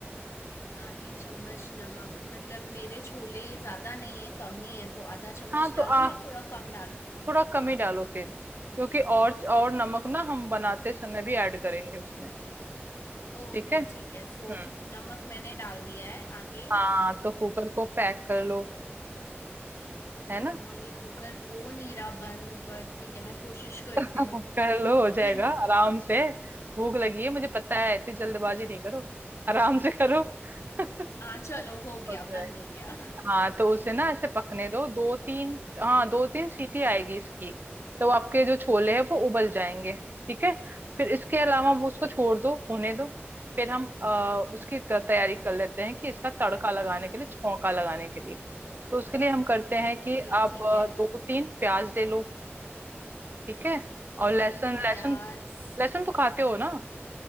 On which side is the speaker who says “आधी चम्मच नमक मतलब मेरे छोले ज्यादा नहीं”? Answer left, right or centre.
Left